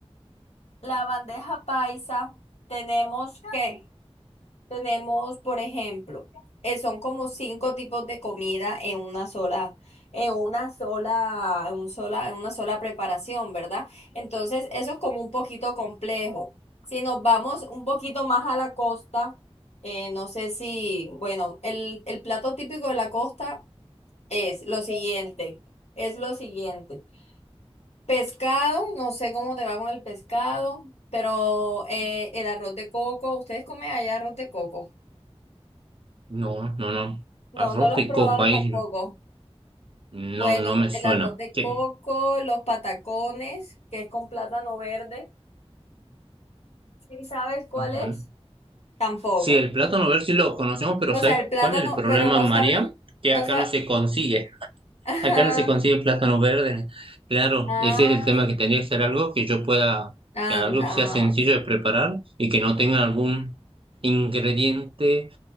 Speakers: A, on the left; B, on the right.
A: La bandeja paisa tenemos que, tenemos, por ejemplo, eh, son como cinco tipos de comida en una sola, en una sola, en un sola, en una sola preparación, ¿verdad? Entonces, eso es como un poquito complejo. Si nos vamos un poquito más a la costa, eh, no sé si, bueno, el, el plato típico de la costa es lo siguiente, es lo siguiente. Pescado, no sé cómo te va con el pescado, pero eh, el arroz de coco, ¿ustedes comen allá arroz de coco?
B: No, no, no.
A: No,
B: Arroz
A: no lo
B: de
A: has probado
B: coco ahí
A: tampoco.
B: no,
A: Bueno,
B: no me suena.
A: el arroz de
B: qué
A: coco, los patacones, que es con plátano verde. ¿Sí sabes cuál
B: Ujú.
A: es? Tampoco.
B: Sí, el plátano verde sí lo conocemos, pero
A: O
B: ¿sabes
A: sea, el plátano,
B: cuál es el problema,
A: pero no
B: María?
A: sabes,
B: Que
A: no
B: acá
A: sabes.
B: no se consigue.
A: <laughs> Ajá.
B: Acá no se consigue plátano verde. Claro,
A: Ah,
B: ese es el tema que tendría que ser algo que yo pueda,
A: anda.
B: que algo que sea sencillo de preparar y que no tenga algún ingrediente.